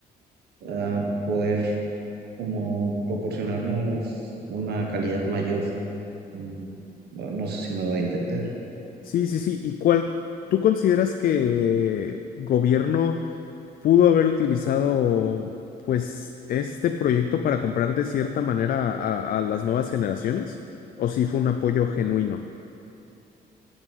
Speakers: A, on the right (about 70°); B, on the left (about 55°).
A: ah, poder como proporcionarnos una calidad mayor. Mm, bueno, No sé si me voy a entender.
B: Sí, sí, sí. ¿Y cuál tú consideras que gobierno pudo haber utilizado, pues, este proyecto para comprar de cierta manera a, a las nuevas generaciones? ¿O si fue un apoyo genuino?